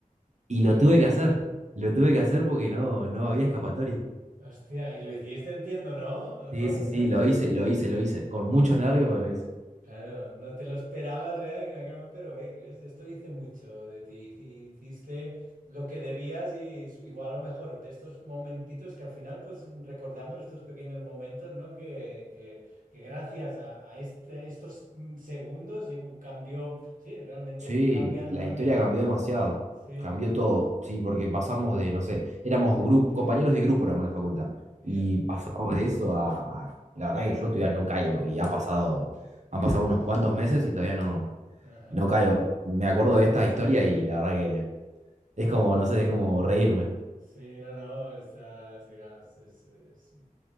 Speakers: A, on the right; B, on the right.
A: Y lo tuve que hacer, lo tuve que hacer porque no, no había escapatoria.
B: Hostia, y lo hiciste, entiendo, ¿no? Aprovechaste,
A: Sí, sí, sí, lo
B: hostia.
A: hice, lo hice, lo hice. Con muchos nervios, pero lo hice.
B: Claro, no te lo esperabas, ¿eh? en aquel momento, pero hey, que es- esto dice mucho de ti. Hici- Hiciste lo que debías y su- igual a lo mejor de estos momentitos que al final pues recordamos estos pequeños momentos, ¿no? Que, que- que gracias a, a este, estos mm, segundos y uh, cambió, sí, realmente
A: Sí,
B: cambian,
A: la
B: cambian,
A: historia cambió demasiado.
B: sí,
A: Cambió
B: ca-
A: todo, sí, porque pasamos de, no sé, éramos grup- compañeros de grupo, éramos en la facultad.
B: ya,
A: Y pasamos de eso a, a- la verdad que yo todavía no caigo. Y ha pasado, han pasado unos cuantos meses y todavía no,
B: Ajá.
A: no caigo. Me acuerdo de esta historia y la verdad que es como, no sé, es como reírme.
B: Sí, no, no, está, sí, claro, es, es- es